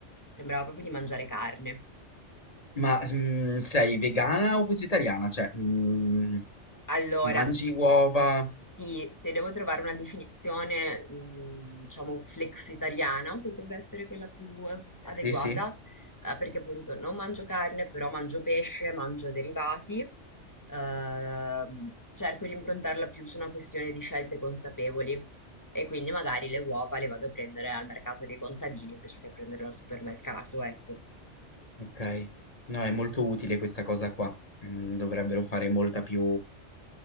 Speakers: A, on the left; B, on the left.
A: Sembrava proprio di mangiare carne.
B: Ma mm, sei vegana o vegetariana? Cioè, mm,
A: Allora,
B: mangi
A: s-
B: uova?
A: sì, se devo trovare una definizione, mh, diciamo, flexitariana, potrebbe essere quella più adeguata,
B: Sì, sì.
A: eh, perché appunto non mangio carne, però mangio pesce, mangio derivati, ehm, cerco di improntarla più su una questione di scelte consapevoli e quindi magari le uova le vado a prendere al mercato dei contadini invece che prenderle al supermercato, ecco.
B: Ok, no, è molto utile questa cosa qua. Mm, dovrebbero fare molta più,